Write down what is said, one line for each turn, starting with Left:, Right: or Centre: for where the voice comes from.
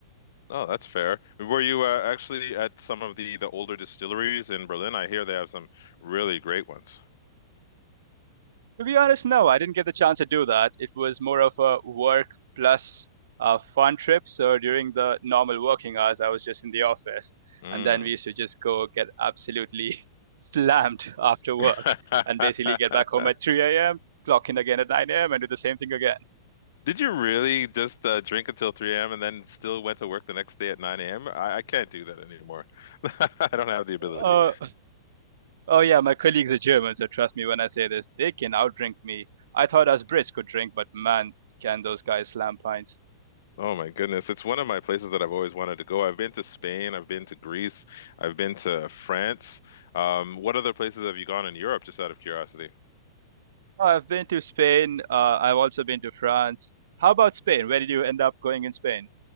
Left: Oh, that's fair. Were you uh, actually at some of the the older distilleries in Berlin? I hear they have some really great ones.
Right: To be honest, no, I didn't get the chance to do that. It was more of a work plus uh, fun trip. So during the normal working hours, I was just in the office,
Left: Mm.
Right: and then we used to just go get absolutely <laughs> slammed after work,
Left: <laughs>
Right: and basically get back home at 3 a.m., clock in again at 9 a.m., and do the same thing again.
Left: Did you really just uh, drink until 3 a.m. and then still went to work the next day at 9 a.m.? I, I can't do that anymore. <laughs> I don't have the ability.
Right: Uh, oh yeah, my colleagues are German, so trust me when I say this, they can outdrink me. I thought us Brits could drink, but man, can those guys slam pints.
Left: Oh my goodness. It's one of my places that I've always wanted to go. I've been to Spain, I've been to Greece, I've been to France. Um, what other places have you gone in Europe, just out of curiosity?
Right: Oh, I've been to Spain. Uh, I've also been to France. How about Spain? Where did you end up going in Spain?